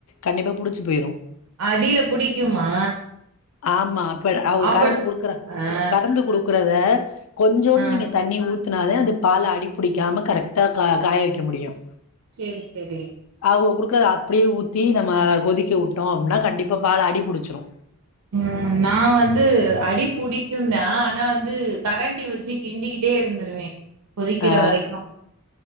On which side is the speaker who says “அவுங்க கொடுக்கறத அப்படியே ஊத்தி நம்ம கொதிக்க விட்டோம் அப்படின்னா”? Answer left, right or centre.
Left